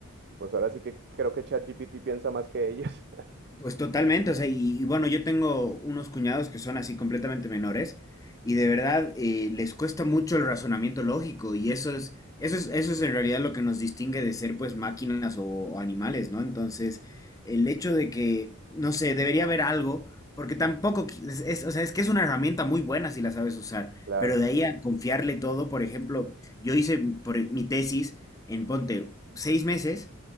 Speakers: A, on the right; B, on the left.
A: pues ahora sí que creo que ChatGPT piensa más que ellos. <laughs>
B: Pues totalmente, o sea, y, y bueno, yo tengo unos cuñados que son así completamente menores y de verdad eh, les cuesta mucho el razonamiento lógico y eso es, eso es, eso es en realidad lo que nos distingue de ser pues máquinas o, o animales, ¿no? Entonces, el hecho de que, no sé, debería haber algo, porque tampoco, qui- es, es- o sea, es que es una herramienta muy buena si la sabes usar,
A: Claro.
B: pero de ahí a confiarle todo, por ejemplo, yo hice por mi tesis en, ponte, seis meses.